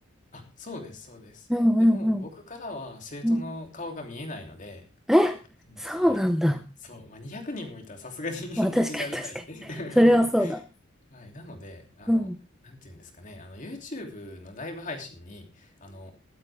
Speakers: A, on the left; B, in the centre.
A: あ、そうです、そうです。
B: うんうん
A: でも、僕からは生徒の顔が見えないので、
B: うん。え、
A: うんはい。
B: そうなんだ。
A: そう、まあ、200人もいたらさすがに <laughs>
B: まあ確かに確かに。
A: 見てられない <laughs>
B: それはそうだ。
A: はい。なので、あの、
B: うん。
A: なんていうんですかね、あの、YouTube のライブ配信に、あの、